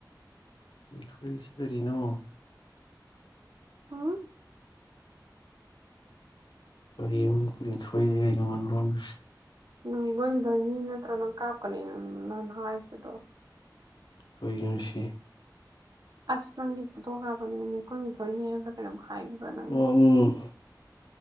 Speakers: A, on the left; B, on the right.
A: ꯊꯨꯏꯁꯦ ꯀꯔꯤꯅꯣ
B: ꯎꯝ
A: ꯑꯩ ꯌꯃ ꯄ ꯊꯣꯏ ꯑꯩ ꯌꯃ ꯂꯣꯟꯁ
B: ꯅꯣꯏꯣꯏꯒꯣꯏꯗꯅꯤ ꯅꯠꯇ꯭ꯔ ꯅꯪ ꯀꯥꯞꯀꯅꯤ ꯅꯪ ꯍꯥꯏꯕꯗꯣ
A: ꯀꯣꯏꯅꯅꯨꯡꯁꯤ
B: ꯑꯁ ꯅꯪꯒꯤ ꯐꯣꯊꯣꯛ ꯀꯥꯞꯄꯗꯨ ꯃꯤꯠ ꯀꯨꯟꯅꯤ ꯊꯣꯛꯏꯅꯦ ꯍꯥꯏꯕ ꯀꯩꯅꯝ ꯍꯥꯏꯕ ꯅ
A: ꯑꯣ ꯎꯝ